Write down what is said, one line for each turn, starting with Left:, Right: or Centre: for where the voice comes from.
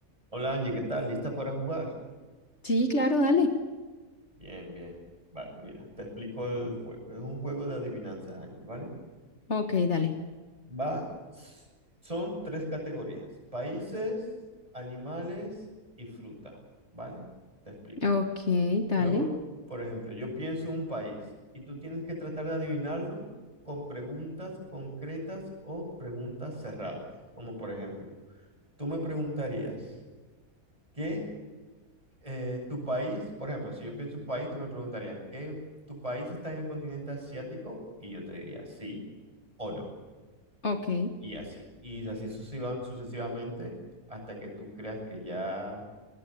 Right: Hola Angie, ¿qué tal? ¿Lista para jugar?
Left: Sí, claro, dale.
Right: Bien, bien. Vale, mira, te explico el juego. Es un juego de adivinanzas, Angie, ¿vale?
Left: Ok, dale.
Right: Va, son tres categorías: países, animales y fruta, ¿vale? Te explico.
Left: Ok, dale.
Right: Yo, por ejemplo, yo pienso un país y tú tienes que tratar de adivinarlo con preguntas concretas o preguntas cerradas. Como por ejemplo, tú me preguntarías, ¿qué eh, tu país, por ejemplo, si yo pienso en tu país, tú me preguntarías, ¿qué, tu país está en el continente asiático? Y yo te diría sí o no.
Left: Ok.
Right: Y así. Y así sucesiva- sucesivamente hasta que tú creas que ya